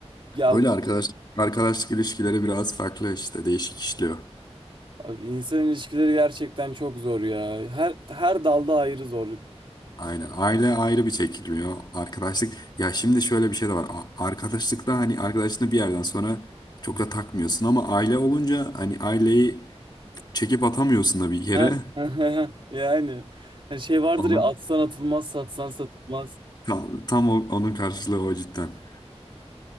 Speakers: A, on the right; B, on the left.
A: Ya
B: Öyle
A: bu-
B: arkadaş arkadaşlık ilişkileri biraz farklı işte değişik işliyor.
A: abi insan ilişkileri gerçekten çok zor ya. Her her dalda ayrı zor.
B: Aynen aile ayrı bir çekilmiyor. Arkadaşlık ya şimdi şöyle bir şey de var. A- Arkadaşlıkta hani arkadaşını bir yerden sonra çok da takmıyorsun ama aile olunca hani aileyi çekip atamıyorsun da bir yere.
A: Ha <laughs> yani hani şey vardır
B: <laughs> Onu
A: ya atsan atılmaz, satsan satılmaz.
B: tam, tam o- onun karşılığı o cidden.